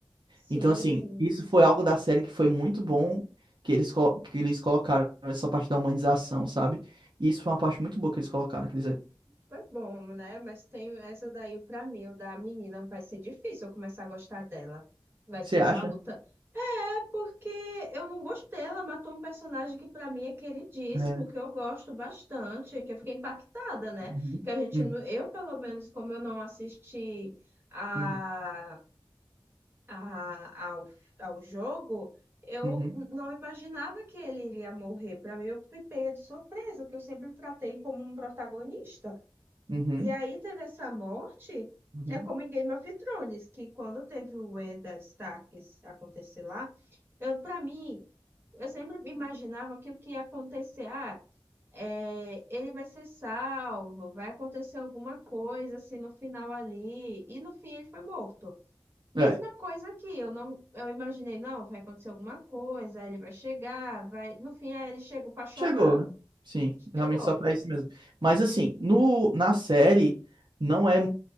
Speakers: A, on the right; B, on the right.
A: Sim,
B: Então, assim, isso foi algo da série que foi muito bom que eles, colo- que eles colocaram essa parte da humanização, sabe? E isso foi uma parte muito boa que eles colocaram, quer dizer.
A: Foi bom, né? Mas tem essa daí pra mim, o da menina, vai ser difícil eu começar a gostar dela. Vai
B: Você
A: ser
B: acha?
A: uma luta. É porque eu não gostei, ela matou um personagem que pra mim é queridíssimo,
B: É.
A: que eu gosto bastante, que eu fiquei impactada, né?
B: Uhum.
A: Que a gente,
B: Uhum.
A: não- eu pelo menos, como eu não assisti a,
B: Uhum.
A: a, ao, ao jogo, eu
B: Uhum.
A: não imaginava que ele iria morrer. Pra mim, eu fui pega de surpresa, que eu sempre tratei como um protagonista.
B: Uhum.
A: E aí teve essa morte,
B: Uhum.
A: é como em Game of Thrones, que quando teve o Eddard Stark acontecer lá, eu para mim, eu sempre imaginava que o que ia acontecer, ah, é, ele vai ser salvo, vai acontecer alguma coisa assim no final ali, e no fim ele foi morto. Mesma
B: É.
A: coisa aqui, eu não, eu imaginei, não, vai acontecer alguma coisa, aí ele vai chegar, vai, no fim aí ele chegou para chorar.
B: Chegou, né? Sim, realmente
A: Chegou.
B: só pra isso mesmo. Mas assim, no, na série não é.